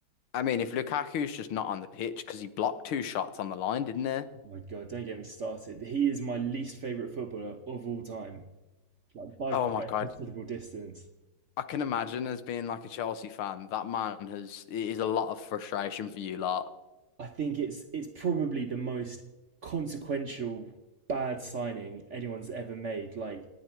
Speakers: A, on the left; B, on the right.
A: I mean, if Lukaku's just not on the pitch because he blocked two shots on the line, didn't he?
B: Oh my God, don't get me started. He is my least favorite footballer of all time, like by
A: Oh
B: quite
A: my God.
B: a considerable distance.
A: I can imagine as being like a Chelsea fan, that man has it is a lot of frustration for you lot.
B: I think it's it's probably the most consequential bad signing anyone's ever made. Like